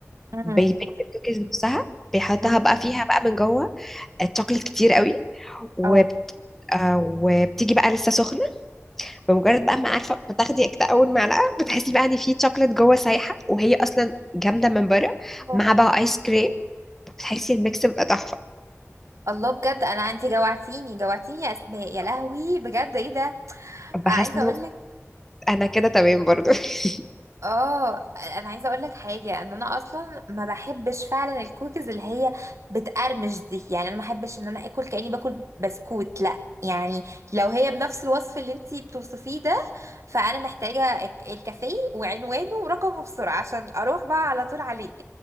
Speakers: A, on the right (about 75°); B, in the centre.
A: امم
B: بيبيك الكوكيز نفسها بيحطها
A: امم
B: بقى فيها بقى من جوه الشوكليت كتير قوي وب...
A: اه
B: آه، وبتيجي بقى لسه سخنة بمجرد بقى ما عارفة بتاخدي كده أول معلقة بتحسي بقى إن في شوكليت جوه سايحة وهي أصلا جامدة من بره
A: آه.
B: مع بقى آيس كريم بتحسي الميكس بقى تحفة
A: الله بجد انا انت جوعتيني جوعتيني يا اسماء يا لهوي بجد ايه ده
B: بحس
A: عايزه
B: انه
A: اقول لك
B: انا كده تمام برضو <laughs>
A: اه انا عايزه اقول لك حاجه ان انا اصلا ما بحبش فعلا الكوكيز اللي هي بتقرمش دي يعني انا ما بحبش ان انا اكل كاني باكل بسكوت لا يعني لو هي بنفس الوصف اللي انتي بتوصفيه ده فانا محتاجه الك- الكافيه وعنوانه ورقمه بسرعه عشان اروح بقى على طول عليه